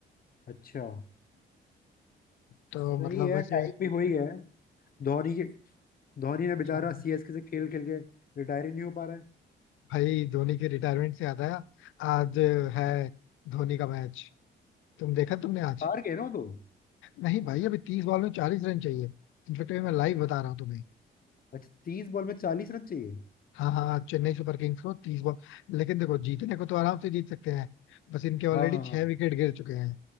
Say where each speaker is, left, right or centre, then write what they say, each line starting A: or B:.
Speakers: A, on the left; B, on the left.
A: अच्छा
B: तो
A: सही
B: मतलब
A: है
B: वैसे
A: टाइम भी हो ही गया है धोनी के धोनी ने बेचारा
B: हाँ
A: सीएसके से खेल खेल के रिटायर ही नहीं हो पा रहा है
B: भाई धोनी के रिटायरमेंट से आता है आज है धोनी का मैच तुम देखा तुमने आज
A: हार गए ना वो तो
B: नहीं भाई अभी तीस बॉल में चालीस रन चाहिए इनफेक्ट मैं लाइव बता रहा हूँ तुम्हें
A: अच्छा तीस बॉल में चालीस रन चाहिए
B: हाँ हाँ हाँ, चेन्नई सुपर किंग्स को तीस बॉल लेकिन देखो जीतने को तो आराम से जीत सकते हैं बस इनके ऑलरेडी
A: हाँ हाँ हाँ
B: छह विकेट गिर चुके हैं